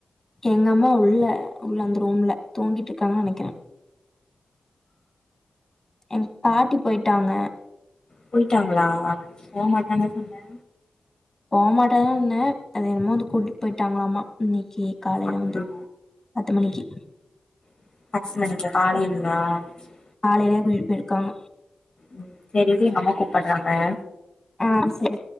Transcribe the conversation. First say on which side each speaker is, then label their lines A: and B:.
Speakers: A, on the left; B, on the left.
A: எங்கம்மா உள்ள உள்ள அந்த ரூம்ல தூங்கிட்டு இருக்காங்கனு நெனைக்கிறேன் எங் பாட்டி போயிட்டாங்க
B: போயிட்டாங்களா ஆ போ மாட்டாங்க சொன்ன
A: போமாட்டக தா ன்னேன் அது என்னமோ வந்து கூட்டிட்டு போயிட்டாங்களாமா எ காலைல
B: அப்படியா
A: வந்து பத்து மணிக்கு
B: <unintelligible>
A: காலையிலே கூட்டிடு போயிருக்காங்க
B: உம் சரி இரு எங்க அம்மா கூப்பிடடுறாங்க
A: ஆஹ் சரி